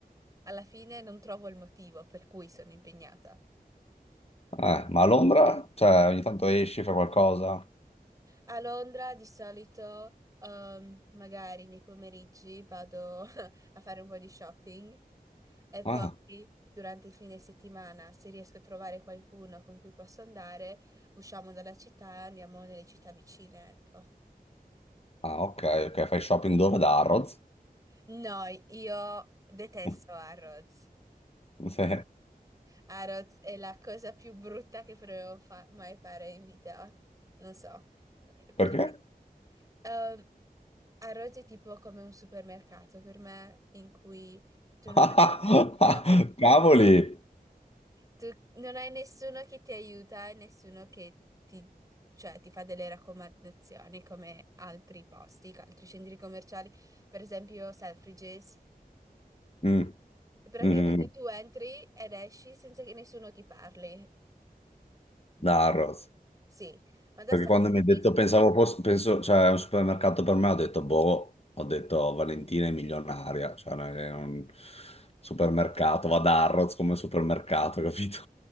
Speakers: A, on the right; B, on the left.
A: alla fine non trovo il motivo per cui sono impegnata.
B: Eh, ma a Londra? Cioè ogni tanto esci, fai qualcosa?
A: A Londra di solito, ehm, magari nei pomeriggi vado <laughs> a fare un po' di shopping e poi
B: Ah,
A: durante il fine settimana, se riesco a trovare qualcuno con cui posso andare, usciamo dalla città e andiamo nelle città vicine, ecco.
B: ah, ok, ok, fai shopping dove? Da Harrods?
A: No, io detesto
B: <laughs>
A: Harrods.
B: Sì.
A: Harrods è la cosa più brutta che potevo fa- mai fare in vita. Non so. eh, Perché?
B: Perché?
A: Ehm, a Rhodes è tipo come un supermercato per me, in cui tu
B: <laughs>
A: non hai nessuno,
B: Cavoli!
A: tu non hai nessuno che ti aiuta e nessuno che ti, cioè, ti fa delle raccomandazioni come altri posti, altri centri commerciali, per esempio Selfridges.
B: Mm,
A: Praticamente
B: mhm.
A: tu entri ed esci senza che nessuno ti parli.
B: Da Harrods.
A: Sì, ma da
B: Perché
A: Selfridges...
B: quando mi ha detto pensavo fosse, penso, cioè, è un supermercato per me, ho detto boh, ho detto Valentina è milionaria, cioè non è un supermercato, va da Harrods come supermercato, capito?